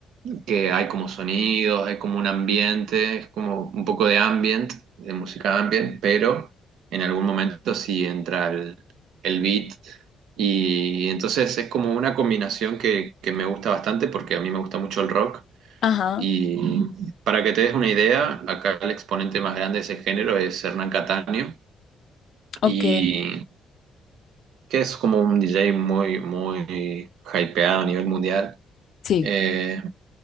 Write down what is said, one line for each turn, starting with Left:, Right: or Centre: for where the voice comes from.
Right: que hay como sonidos, hay como un ambiente, es como un poco de ambient, de música ambient, pero en algún momento sí entra el, el beat. Y entonces es como una combinación que, que me gusta bastante porque a mí me gusta mucho el rock
Left: Ajá,
Right: y para que te des una idea, acá el exponente más grande de ese género es Hernán Cataño,
Left: ok,
Right: y que es como un DJ muy, muy hypeado a nivel mundial.
Left: sí,
Right: Eh,